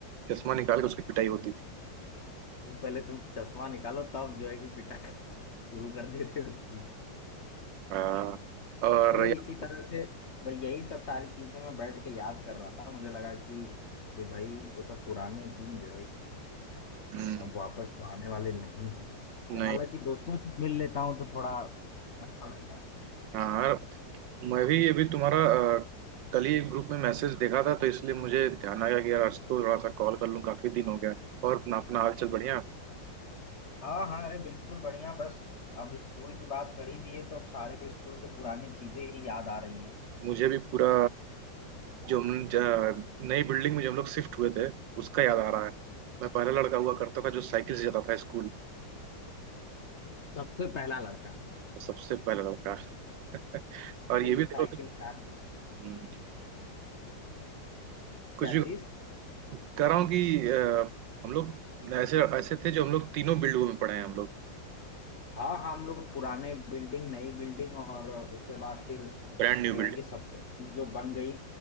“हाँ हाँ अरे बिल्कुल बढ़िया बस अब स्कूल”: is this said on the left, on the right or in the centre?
Left